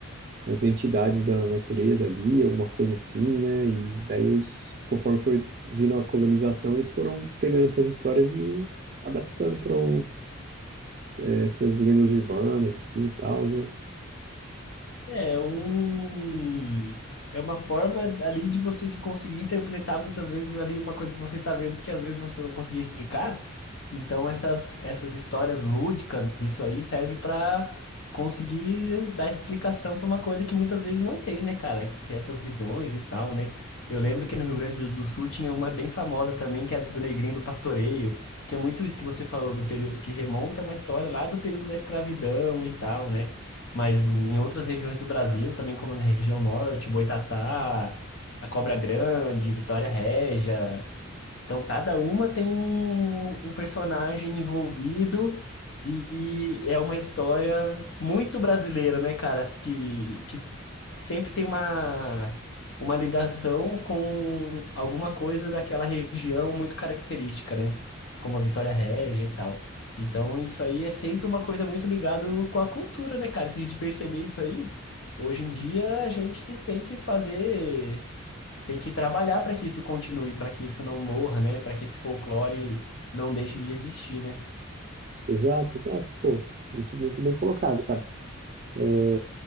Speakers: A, on the right (about 40°); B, on the left (about 60°).
A: as entidades da natureza ali, alguma coisa assim, né? E daí os, conforme foi vindo a colonização, eles foram pegando essas histórias e adaptando para um eh, essas lendas urbanas, assim, e tal, né?
B: É é um. É uma forma ali de você de conseguir interpretar muitas vezes ali uma coisa que você está vendo que às vezes você não conseguia explicar. Então essas, essas histórias lúdicas, isso aí serve para conseguir dar explicação para uma coisa que muitas vezes não tem, né, cara? Que é essas visões e tal, né? Eu lembro que no Rio Grande do Sul tinha uma bem famosa também, que era do Negrinho do Pastoreio, que é muito isso que você falou do período que remonta a uma história lá do período da escravidão e tal, né? Mas em outras regiões do Brasil, também como na região norte, Boitatá, a Cobra Grande, Vitória Régia. Então, cada uma tem um, um personagem envolvido e, e é uma história muito brasileira, né, cara? Que, que sempre tem uma, uma ligação com alguma coisa daquela região muito característica, né? Como a Vitória Régia e tal. Então, isso aí é sempre uma coisa muito ligada com a cultura, né, cara? Se a gente perceber isso aí, hoje em dia a gente tem que fazer tem que trabalhar para que isso continue, para que isso não morra, né? Para que esse folclore não deixe de existir, né?
A: Exato, exato, pô. Muito, muito bem colocado, cara. É,